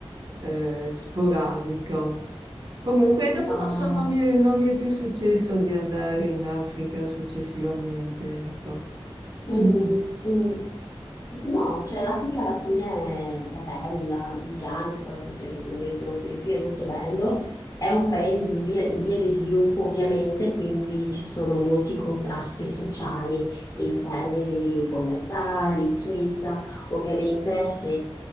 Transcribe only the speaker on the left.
Wow.
Mm,
mm. No, cioè l'Africa alla fine è bella, il Ghana soprattutto che è quello che conosco di più è molto bello, è un paese
in via, in via di sviluppo ovviamente, quindi ci sono molti contrasti sociali in termini di povertà, ricchezza, ovviamente se